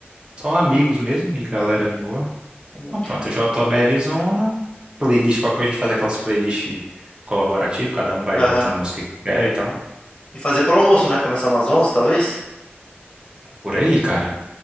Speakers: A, on the right; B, on the left.
A: só amigos mesmo, e galera de boa.
B: uhum.
A: Então pronto, JBL Zona, playlist, qualquer coisa a gente faz aquelas playlists colaborativas, cada um vai
B: Aham.
A: botando a música que quer e tal.
B: E fazer pro almoço, né? Começar umas 11, talvez?
A: Por aí, cara.